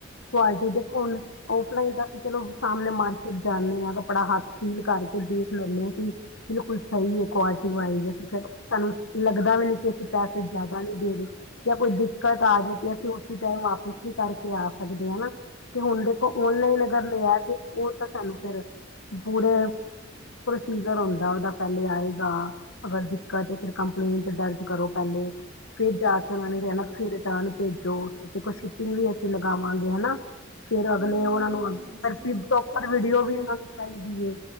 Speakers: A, on the left; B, on the right.
A: ਕੁਆਲਿਟੀ ਦੇਖੋ ਹੁਨ, ਓਫਲਾਈਨ ਤਾ ਅਸੀ ਚਲੋ ਸਾਹਮਣੇ ਮਾਰਕੀਟ ਜਾਂਨੇਂ ਹਾਂ। ਕੱਪੜਾ ਹੱਥ ਚ' ਫੀਲ ਕਰਕੇ, ਦੇਖ ਲੈਂਨੇਂ ਹਾਂ, ਕਿ ਬਿਲਕੁਲ ਸਹੀ ਹੈ। ਕੁਆਲਿਟੀ ਵਾਈਜ਼, ਸਾਹਨੂੰ ਲੱਗਦਾ ਵੀ ਨੀ, ਕਿ ਅਸੀ ਪੈਸੇ ਜਿਆਦਾ ਨੀ ਦੇ ਰਹੇ। ਯਾ ਕੋਈ ਦਿੱਕਤ ਆ ਜਾਵੇ, ਤੇ ਅਸੀ ਉਸੀ ਟਾਈਮ ਵਾਪਿਸ ਵੀ ਕਰਕੇ ਆ ਸਕਦੇਆਂ। ਤੇ ਹੁਨ ਦੇਖੋ ਓਨਲਾਈਨ ਅਗਰ ਲਿਆ, ਤੇ ਉਹ ਤਾਂ ਸਾਨੂੰ ਫਿਰ ਪੂਰਾ ਪ੍ਰੋਸੀਜ਼ਰ ਹੁੰਦਾ ਏ ਉਹਦਾ ਪਹਿਲੇ ਆਏਗਾ। ਗਾ, ਅਗਰ ਦਿੱਕਤ ਏ ਫਿਰ ਕੰਪਲੇਂਟ ਦਰਜ ਕਰੋ ਪਹਿਲੇ। ਫਿਰ ਜਾ ਫਿਰ ਓਹਨੂੰ ਕਹਿਣਾ ਤੁਸੀ ਰਿਟਰਨ ਭੇਜੋ। ਤੇ ਦੇਖੋ ਸ਼ਿਪਿੰਗ ਵੀ ਅਸੀ ਲਗਾਵਾਂਗੇ, ਹੇਨਾ। ਫਿਰ ਅਗਲੇ
B: ਨਹੀਂ
A: ਉਹਨਾ
B: ਨਹੀਂ
A: ਨੂੰ ਅੱਗੇ,
B: ਭੈਣ
A: ਪਰ
B: ਜੀ
A: ਫਿਰ ਪ੍ਰੋਪਰ
B: ਤੁਹਾਡੀ
A: ਵੀਡੀਓ
B: ਗੱਲ
A: ਵੀ ਉਹਨਾਂ ਨੂੰ ਚਾਹੀਦੀ ਏ।